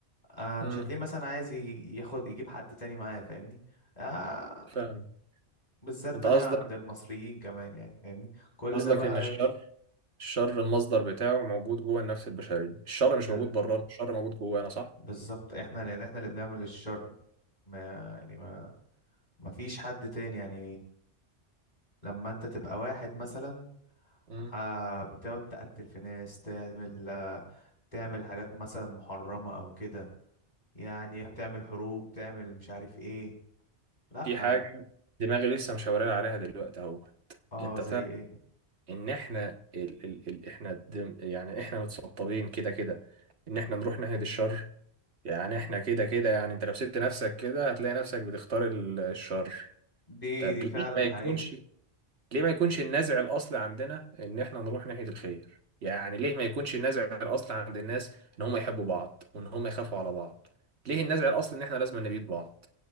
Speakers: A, on the left (about 40°); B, on the right (about 70°).
A: آه
B: امم
A: مش هتلاقيه مثلا عايز ي- ياخد يجيب حد تاني معاه فاهمني آه
B: فاهم
A: بالذات بقى
B: أنت قصدك
A: هنا عند المصريين كمان يعني فاهمني كل
B: قصدك
A: ده بقى
B: إن الشر
A: ايه
B: الشر المصدر بتاعه موجود جوه النفس البشرية الشر
A: ب-
B: مش موجود بره الشر موجود جوانا صح
A: بالظبط احنا لان احنا اللي بنعمل الشر ما يعني ما ما فيش حد تاني يعني لما انت تبقى واحد مثلا
B: امم
A: آه بتقعد تقتل في ناس تعمل آه تعمل حاجات مثلا محرمة او كده يعني تعمل حروب تعمل مش عارف ايه لا
B: في حاجة دماغي لسه مشاورين عليها دلوقتي أهو
A: اه
B: انت
A: زي ايه
B: ان احنا ال ال ال احنا دم- يعني احنا متسطبين كده كده ان احنا نروح ناحية الشر يعني احنا كده كده يعني انت لو سبت نفسك كده هتلاقي نفسك بتختار ال- الشر
A: دي
B: طب
A: دي
B: ليه
A: فعلا
B: ما يكونش
A: حقيقة
B: ليه ما يكونش النزع الاصلي عندنا ان احنا نروح ناحية الخير يعني ليه ما يكونش النزع الاصلي عند الناس ان هم يحبوا بعض وان هم يخافوا على بعض ليه النزع الاصلي ان احنا لازم نبيد بعض